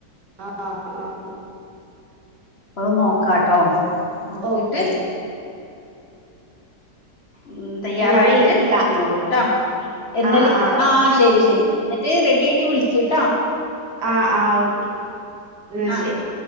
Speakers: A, on the right; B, on the left.
A: ആഹ്
B: അത് നോക്കാട്ടോ നോക്കീട്ട്
A: ഓക്കെ
B: ഉം തയ്യാറായിട്ട്
A: ഞാൻ വിളിക്കാ
B: നിന്നോളൂ ട്ടോ എന്നല്
A: ആഹ് ആഹ്
B: ആ ശരി ശരി എന്നിട്ട് റെഡി ആയിട്ട് വിളിക്കൂട്ടാ
A: ആഹ് ആ ഓക്കെ ന്നാ
B: ആഹ്
A: ശരി